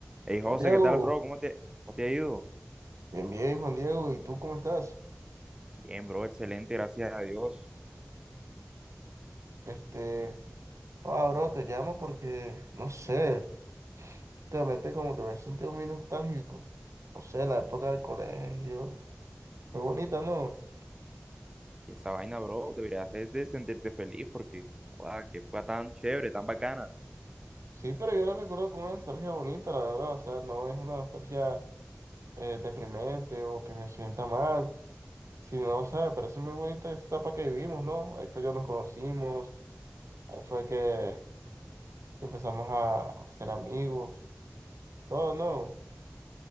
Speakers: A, on the right; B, on the right.
A: Hey
B: Juan
A: José,
B: Diego,
A: ¿qué tal, bro? ¿Cómo te, cómo te ha ido?
B: bien, bien, Juan Diego, ¿y tú cómo estás?
A: Bien, bro, excelente, gracias a Dios.
B: Este, ah, bro, te llamo porque, no sé, últimamente como que me he sentido muy nostálgico. No sé, la época del colegio, muy bonita, ¿no?
A: Y esa vaina, bro, deberías hacerte sentirte feliz porque, guau, qué época tan chévere, tan bacana.
B: Sí, pero yo la recuerdo con una nostalgia bonita, la verdad, o sea, no es una nostalgia eh, deprimente o que me sienta mal, sino, o sea, me parece muy bonita esa etapa que vivimos, ¿no? Ahí fue que nos conocimos, ahí fue que, que empezamos a ser amigos, todo, ¿no?